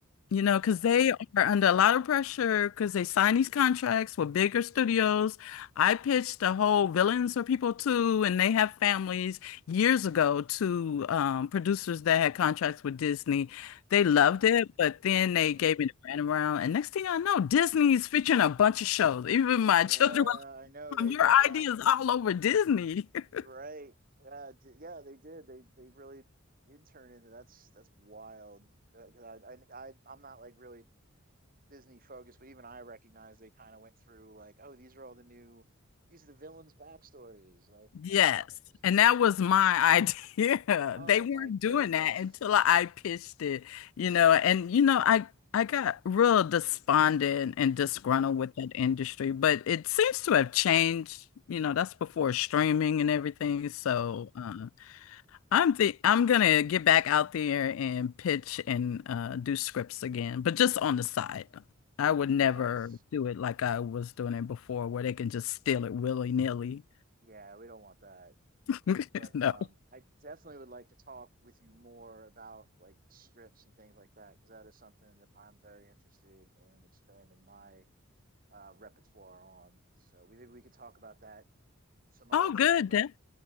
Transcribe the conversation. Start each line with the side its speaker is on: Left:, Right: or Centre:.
Left: you know,
Right: Wow.
Left: because they are under a lot of pressure because they sign these contracts with bigger studios. I pitched the whole Villains for People Too, and they have families years ago to um, producers that had contracts with Disney. They loved
Right: Mm-hmm.
Left: it, but then they
Right: Mm-hmm.
Left: gave me the runaround. And next thing I know, Disney's featuring a bunch of shows. Even my
Right: Yeah.
Left: <laughs> children were
Right: I know they
Left: like, Your
Right: went down.
Left: ideas all over Disney. <laughs>
Right: Right. Yeah. D yeah. They did. They they really did turn into. That's that's wild. Uh, 'cause I, I I I'm not like really Disney focused, but even I recognize they kind of went through like, oh, these are all the new, these are the villains' backstories. Like,
Left: Yes.
Right: huh, interesting.
Left: And that was my idea.
Right: Oh
Left: <laughs> They weren't
Right: my goodness.
Left: doing that until I pitched it, you know, and you know, I I got real despondent and disgruntled
Right: Yeah.
Left: with that industry, but it seems to have changed. You know, that's before streaming and everything. So
Right: Mm,
Left: uh, I'm the I'm gonna get back out there and pitch and uh, do scripts again, but just on the side. I would never
Right: That's,
Left: do it like I was doing it before, where they can just steal it willy-nilly.
Right: yeah, we don't want that.
Left: <laughs>
Right: But
Left: No.
Right: um, I definitely would like to talk with you more about like strips and things like that, because that is something that I'm very interested in expanding my uh, repertoire on. So we, maybe we could talk about that some other
Left: Oh,
Right: time,
Left: good.
Right: but
Left: De